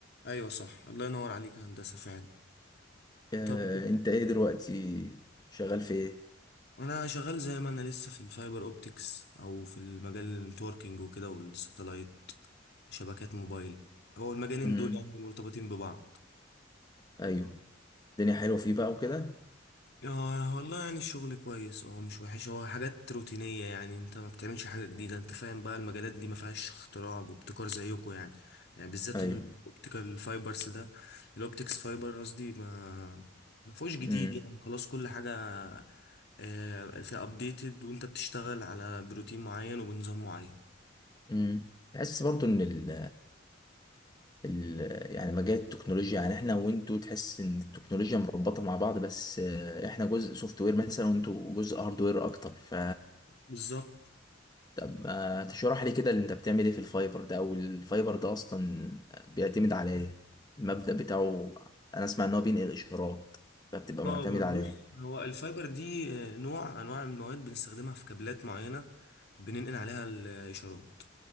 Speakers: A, on the left (about 60°); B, on the left (about 20°).
A: ايوه صح الله ينور عليك يا هندسة فعلا
B: آه،
A: طب
B: انت ايه دلوقتي شغال في ايه
A: انا شغال زي ما انا لسه في الفايبر اوبتكس او في المجال النتوركينج وكده والساتلايت شبكات موبايل هو المجالين
B: امم
A: دول يعني مرتبطين ببعض
B: ايوه الدنيا حلوه فيه بقى وكده
A: آه والله يعني الشغل كويس اه مش وحش هو حاجات روتينية يعني انت ما بتعملش حاجة جديدة انت فاهم بقى المجالات دي ما فيهاش اختراع وابتكار زيكم يعني يعني بالذات
B: ايوه
A: الاوبتيكال فايبرز ده الاوبتكس فايبر قصدي ما ما فيهوش جديد
B: امم
A: يعني خلاص كل حاجة آه، فيها ابديتد وانت بتشتغل على بروتين معين وبنظام معين
B: امم تحس برضو ان ال ال يعني مجال التكنولوجيا يعني احنا وانتوا تحس ان التكنولوجيا مربوطه مع بعض بس آه، احنا جزء سوفت وير مثلا وانتوا جزء هاردوير اكتر ف
A: بالظبط
B: طب آه، تشرح لي كده اللي انت بتعمل ايه في الفايبر ده او الفايبر ده اصلا بيعتمد على ايه المبدأ بتاعه انا اسمع ان هو بينقل اشارات فبتبقى
A: اه
B: معتمد على
A: بص
B: ايه
A: هو الفايبر دي آه، نوع انواع المواد بنستخدمها في كابلات معينه بننقل عليها الاشارات